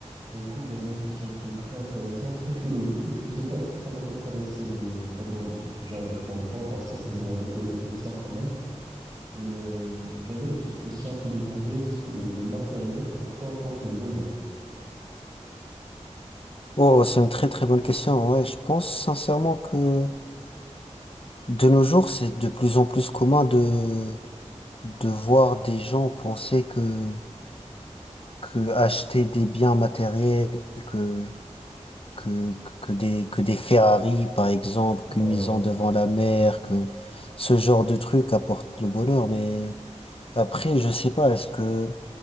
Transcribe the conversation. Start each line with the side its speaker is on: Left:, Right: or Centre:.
Right: Ben écoute, j'avais une question qui est très intéressante, très philosophique. Je sais pas, est-ce que ça va t'intéresser de d'aborder ce sujet avec moi ou pas, parce que ça demande un peu de réflexion quand même. Et euh, j'avais une petite question à te demander, est-ce que le matériel pour toi apporte le bonheur?
Left: Oh, c'est une très très bonne question. Ouais, je pense sincèrement que de nos jours, c'est de plus en plus commun de de voir des gens penser que que acheter des biens matériels, que que que des que des Ferrari par exemple, qu'une
Right: Ouais,
Left: maison devant la mer, que ce genre de truc apporte le bonheur. Mais après, je sais pas. Est-ce que